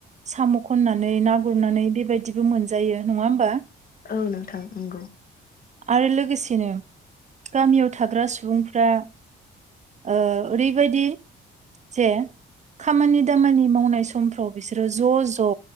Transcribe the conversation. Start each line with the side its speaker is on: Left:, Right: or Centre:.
Right: साम' खनना ना गुरनानानै बे बायदिबो मोनजायो नङा होमबा।
Left: औ नोंथां नंगौ
Right: आरो लोगोसेनो गामियाव थाग्रा सुबुंफ्रा ओ ओरैबायदि जे खामानि दामानि मावनाय सम फ्राव बिसोरो ज' ज'